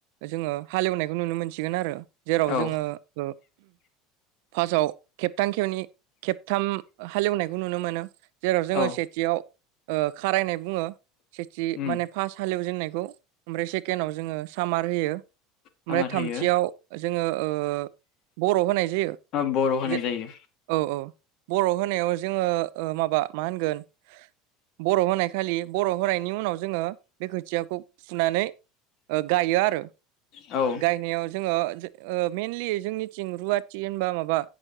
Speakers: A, on the right (about 75°); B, on the left (about 50°).
A: जोङो हालेवनायखौ नुनो मोनसिगोन आरो जेराव
B: औ
A: जोङो ओ फार्स्टआव खेबथाम खेवनै खेबथाम हालेवनायखौ नुनो मोनो जेराव जोङो
B: औ
A: सेथियाव ओ खारायनाय बुङो सेथि
B: उम
A: माने फास हालेवजेननायखौ ओमफ्राय सेकेनडआव जोङो सामार होयो।
B: सामार
A: ओमफ्राय थामथियाव
B: होयो
A: जोङो ओ बर' होनाय जायो
B: बर' होनाय
A: जे
B: जायो
A: औ औ बर' होनायाव जोङो ओ माबा मा होनगोन बर' होनाय खालि बर' होनायनि उनाव जोङो बे खोथियाखौ फुनानै गायो आरो।
B: औ
A: गायनायाव जोङो ओ मइेनलि जोंनिथिं रुवाथि होनबा माबा